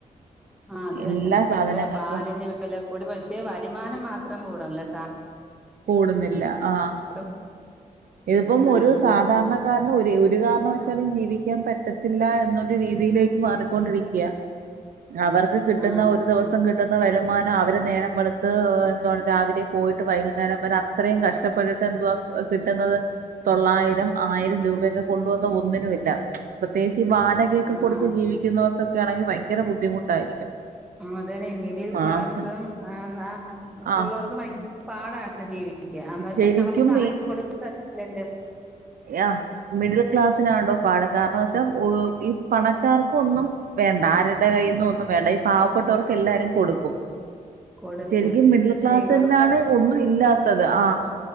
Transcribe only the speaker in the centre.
ആഹ്, അത്
തന്നെ <unintelligible>
പാലിന് വില കൂടി, പക്ഷെ വരുമാനം മാത്രം കൂടുന്നില്ല, സാ
<unintelligible>
ആഹ്
ആഹ്
ആഹ്
ആഹ്, അതന്നെ മിഡിൽ
ക്ലാസും <unintelligible>
ഭയ പാടാണ് ജീവിക്കാൻ, എന്ന് വെച്ച്
അവർക്ക് ആരും കൊടുക്കാൻ ഇല്ലല്ലോ.
കൊടുക്കും
പക്ഷെ
ഇവർക്ക്